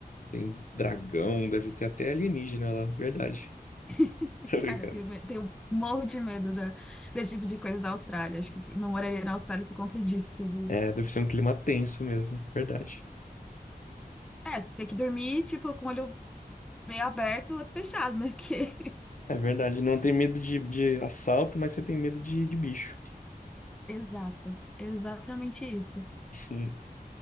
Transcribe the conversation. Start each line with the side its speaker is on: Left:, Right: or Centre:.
Left: Tem dragão, deve ter até alienígena lá, verdade.
Centre: <laughs>
Left: <laughs> Tô brincando.
Centre: Cara, eu tenho, me- tenho um morro de medo da- desse tipo de coisa da Austrália. Acho que não moraria na Austrália por conta disso, sabia?
Left: É, deve ser um clima tenso mesmo, verdade.
Centre: É, você tem que dormir, tipo, com o olho meio aberto, o outro fechado, né? Porque...
Left: É verdade, não tem medo de, de assalto, mas você tem medo de, de bicho.
Centre: <laughs> Exato, exatamente isso.
Left: Hum.